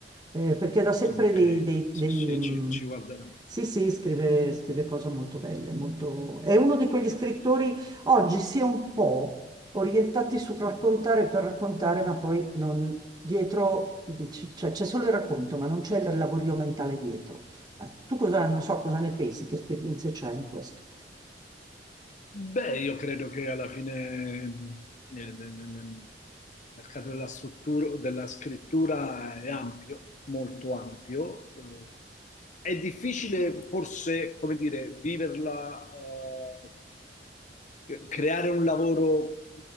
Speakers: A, on the right; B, on the left.
A: Eh, perché da sempre
B: Ah, Ok,
A: dei, dei-
B: sì,
A: dei,
B: sì,
A: mh,
B: ci, ci guarderò.
A: Sì, sì, scrive, scrive cose molto belle, molto... è uno di quegli scrittori oggi si è un po' orientati sul raccontare per raccontare, ma poi non dietro, dici- cioè c'è solo il racconto, ma non c'è il lavorio mentale dietro. Eh, Tu cosa, non so cosa ne pensi, che esperienze c'è in questo?
B: Beh, io credo che alla fine mh, eh, nel, nel- nel mercato della struttura, della scrittura è ampio, molto ampio. eh. È difficile forse, come dire, viverla, eh, creare un lavoro